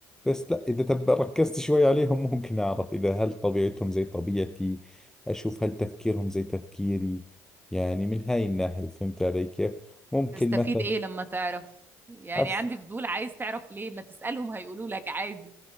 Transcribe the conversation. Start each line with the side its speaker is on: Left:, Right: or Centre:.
Centre: بس لا إذا تب ركزت شوي عليهم ممكن أعرف إذا هل طبيعتهم زي طبيعتي أشوف هل تفكيرهم زي تفكيري يعني من هاي الناحية فهمت علي كيف ممكن
Right: تستفيد
Centre: مثلا
Right: ايه لما تعرف يعني
Centre: أس...
Right: عندي فضول عايز تعرف ليه ما تسألهم هيقولوا لك عادي